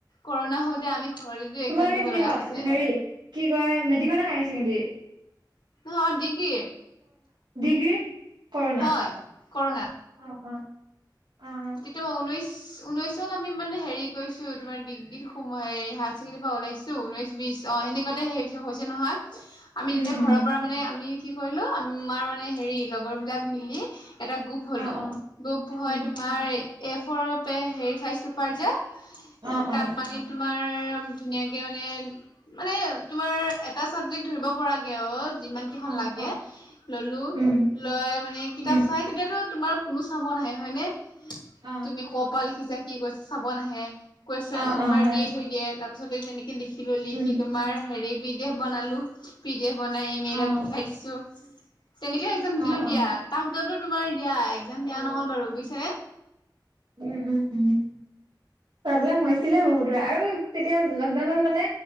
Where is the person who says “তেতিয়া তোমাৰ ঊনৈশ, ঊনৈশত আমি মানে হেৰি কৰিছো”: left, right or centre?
Left